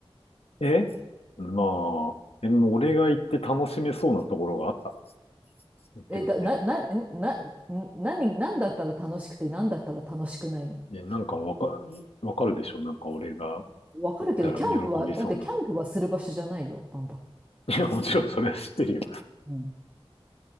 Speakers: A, on the left; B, on the right.
A: えまあ、でも俺が行って楽しめそうなところがあった。行ってみて。
B: え、だ、な、な、な、な、何、なんだったら楽しくて、なんだったら楽しくないの
A: で、なんかわか、わかるでしょなんか俺が
B: わかるけど、
A: 行ったら喜びそうな。
B: キャンプは、だってキャンプはする場所じゃないよ、バン
A: <laughs> いや、もちろんそれは知ってるよ。
B: うん